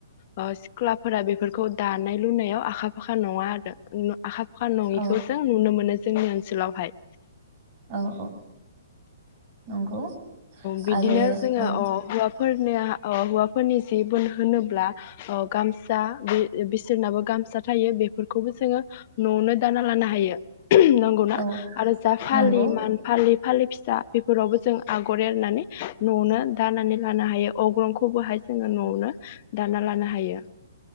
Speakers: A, on the left; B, on the right.
A: ओ सिख्लाफोरा बेफोरखौ दानाय लुनायाव आखा फाखा नङा आरो न आखा फाखा नङिखौ
B: औ
A: जों नुनो मोनो जे। जोंनि ओनसोलावहाय।
B: औ औ। नंगौ
A: बिदिनो
B: आरो
A: जोङो
B: औ।
A: अ फोरनिया औ हौवाफोरनि जि बोन होनोब्ला अ गामसा बि बिसोरनाबो गामसा। थायो बेफोरखौबो जोङो न'आवनो दाना लानो हायो। उहुम नोंगौना
B: औ
A: आरो जा फालि
B: नंगौ
A: मान फालि फालि फिसा बेफोरावबो जो आगर एरनानै न'आवनो दानानै लानो हायो अग्रंखौबोहाय जोङो न'आवनो दाना लानो हायो।